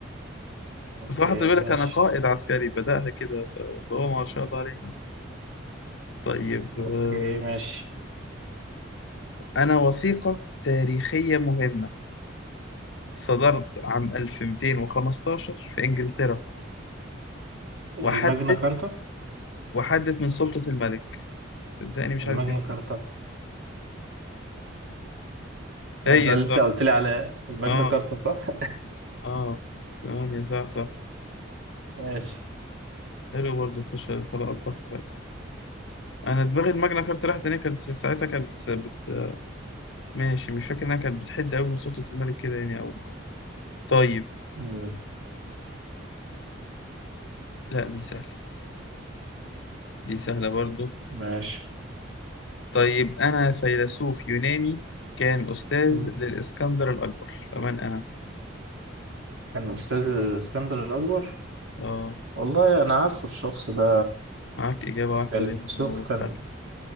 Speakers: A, on the right; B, on the left.
A: أوكي
B: بصراحة بيقول
A: ماشي
B: لك أنا قائد عسكري بدأها كده ف- فهو ما شاء الله عليه طيب آه،
A: أوكي ماشي
B: أنا وثيقة تاريخية مهمة صدرت عام 1215 في إنجلترا
A: الماجنا
B: وحدت
A: كارتا
B: وحدت من سلطة الملك صدقني مش
A: الماجنا
B: عارف ايه
A: كارتا
B: هي
A: آه، ده اللي
B: صح
A: أنت قلت لي على الماجنا
B: اه
A: كارتا صح؟
B: اه ثمانية صح صح
A: <laughs> ماشي
B: حلو برضه انت ش- طلعتها فعلا. انا دماغي الماجنا كارتا راحت هنا كانت ساعتها كانت بت... بت... ماشي مش فاكر انها كانت بتحد قوي من سلطة الملك كده يعني او طيب
A: مم.
B: لا دي سهلة دي سهلة برضه
A: ماشي
B: طيب أنا فيلسوف يوناني كان أستاذ
A: مم.
B: للإسكندر الأكبر فمن أنا؟
A: كان أستاذ الإسكندر الأكبر
B: آه
A: والله أنا عارفه الشخص ده
B: معاك إجابة واحدة
A: فيلسوف
B: لأنه هو
A: كان
B: سهل